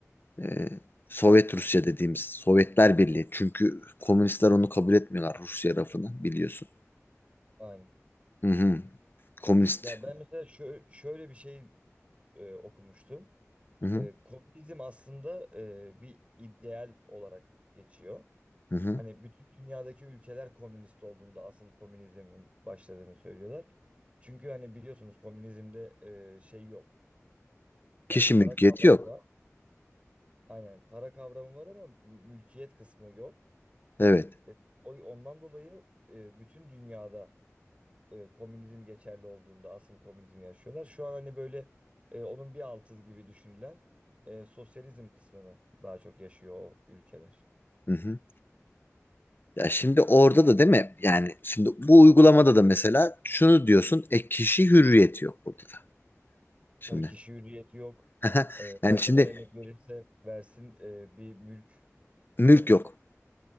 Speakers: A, on the left; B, on the right.
A: Ee, Sovyet Rusya dediğimiz Sovyetler Birliği. Çünkü komünistler onu kabul etmiyorlar Rusya rafını biliyorsun.
B: Aynen.
A: Hı hı. Komünist.
B: Ya ben mesela şö- şöyle bir şey e, okumuştum.
A: Hı hı.
B: E, komünizm aslında e, bir ideal olarak geçiyor.
A: Hı hı.
B: Hani bütün dünyadaki ülkeler komünist olduğunda asıl komünizmin başladığını söylüyorlar. Çünkü hani biliyorsunuz komünizmde e, şey yok. Yani
A: Kişi
B: para
A: mülkiyeti
B: kavramı
A: yok.
B: var. Aynen para kavramı var ama mülkiyet kısmı yok.
A: Evet.
B: E, o ondan dolayı e, bütün dünyada e, komünizm geçerli olduğunda asıl komünizmi yaşıyorlar. Şu an hani böyle e, onun bir altı gibi düşünülen e, sosyalizm kısmını daha çok yaşıyor o ülkeler.
A: Hı hı. Ya şimdi orada da değil mi? Yani şimdi bu uygulamada da mesela şunu diyorsun. E kişi hürriyeti yok burada da. Şimdi.
B: Tabii kişi hürriyeti yok.
A: <laughs>
B: E,
A: Yani
B: ne
A: şimdi
B: kadar emek verirse versin e, bir mülk
A: mülk
B: de.
A: yok.